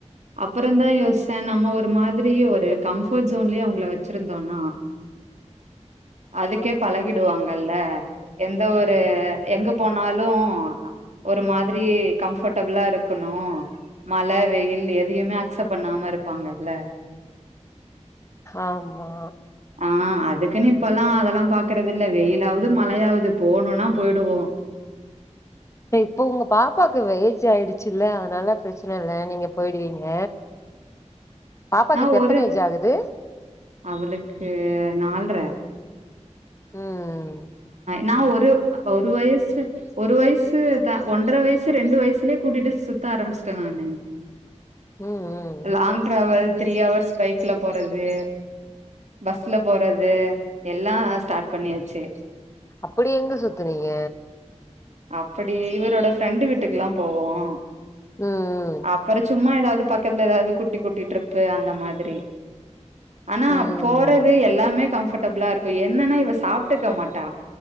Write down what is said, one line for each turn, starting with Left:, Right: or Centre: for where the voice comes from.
Right: அப்பறந்தா யோச்ச நம்ம ஒரு மாதிரி ஒரு கம்ஃபோர்ட் ஜோன்லே அவங்கள வச்சிருந்தோனா அதுக்கே பழகிடுவாங்கல்ல எந்த ஒரு எங்க போனாலு ஒரு மாதிரி கம்ஃபர்ட்டபிளா இருக்கணு மழ வெயில் எதையுமே அஸ்சப் பண்ணாம இருப்பாங்கல்ல
Left: ஆமா
Right: ஆ அதுக்குன்னு இப்பல்லா அதெல்லா பாக்குறது இல்ல வெயிலாவது மழையாவது போணுன்னா போயிடுவோ
Left: ல இப்ப உங்க பாப்பாவுக்கு வ ஏஜ் ஆயிடுச்சு இல்ல அதனால பிரச்சன இல்ல நீங்க போயிடுவீங்க பாப்பாக்கு
Right: நா
Left: இப்ப
Right: ஒரு
Left: எத்தன ஏஜ் ஆகுது
Right: அவளுக்கு நால்ற
Left: ம்
Right: நா ஒரு ஒரு வயசு ஒரு வயசு த ஒன்ற வயசு ரெண்டு வயசுலே கூட்டிட்டு சுத்த ஆரம்பிச்சிட்ட நானு
Left: ம் ம்
Right: long travel three hours bike க்ல போறது பஸ்ல போறது எல்லா ஸ்டார்ட் பண்ணியாச்சு
Left: அப்டி எங்க சுத்துனீங்க
Right: அப்டி இவரோட ஃப்ரெண்டு வீட்டுக்ல்லா போவோ அப்
Left: ம்
Right: அப்பற சும்மா ஏதாவது பக்கத்துல ஏதாவது குட்டி குட்டி ட்ரிப்பு அந்த மாதிரி ஆனா
Left: ம் ம்
Right: போறது எல்லாமே கம்ஃபர்ட்டபிளா இருக் இப்ப என்னன்னா இவ சாப்ட்டுக்க மாட்டா